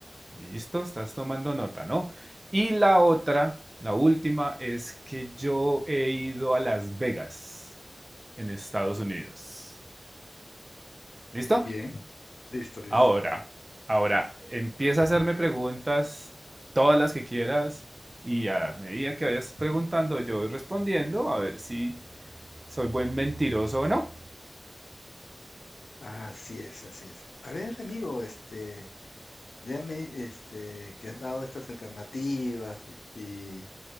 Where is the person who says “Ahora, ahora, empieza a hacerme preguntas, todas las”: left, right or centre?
Right